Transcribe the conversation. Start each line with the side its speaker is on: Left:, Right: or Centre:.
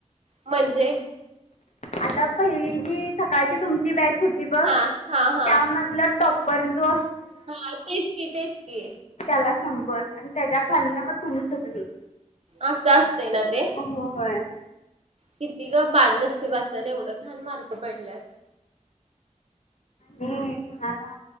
Right: म्हणजे?
Left: आता पहिली जी सकाळची तुमची बॅच होती बघ,
Right: हा हा हा.
Left: त्यामधल टॉप परंतु
Right: हा तेच की तेच कि
Left: त्याला शंभर आणि त्याच्या खालन मग तुम्ही सगळी
Right: अस असतय ना ते.
Left: हो होय
Right: किती का बादनशीब असतन, एवढं घाण मार्क पडल्यात.
Left: होय कोणाला.